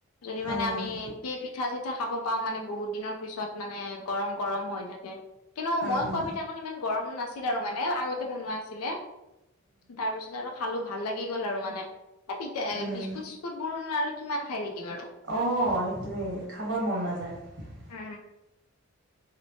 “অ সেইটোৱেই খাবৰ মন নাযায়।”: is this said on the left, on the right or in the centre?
Right